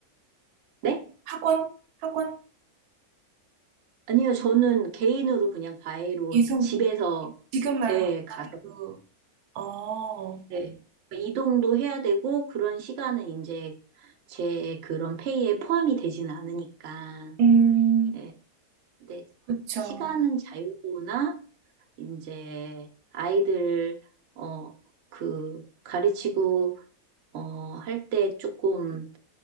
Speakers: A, on the right; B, on the right.
A: 네?
B: 학원? 학원?
A: 아니요, 저는 개인으로 그냥 과외로
B: 계속,
A: 지- 집에서,
B: 지금 말고
A: 예,
B: 일단은,
A: 가서,
B: 어,
A: 예. 그러니까 이동도 해야 되고, 그런 시간은 이제 제 그런 페이에 포함이 되지는 않으니까.
B: 음,
A: 예, 근데
B: 그쵸.
A: 시간은 자유로우나 이제 아이들 어 그 가르치고 어 할 때 조금